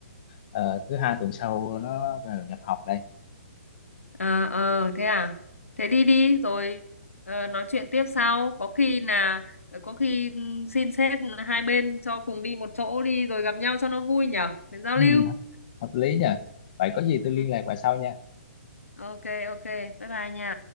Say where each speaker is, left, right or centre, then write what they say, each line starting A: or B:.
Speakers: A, on the left; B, on the left.
A: ờ, thứ hai tuần sau nó vào nhập học đây.
B: à, ờ thế à thế đi đi rồi ờ, nói chuyện tiếp sau có khi là có khi ừm, xin sếp hai bên cho cùng đi một chỗ đi rồi gặp nhau cho nó vui nhở để giao
A: ừ,
B: lưu
A: hợp lý nhỉ vậy có gì tôi liên
B: ừ.
A: lạc bà sau nha
B: ok ok bye bye nha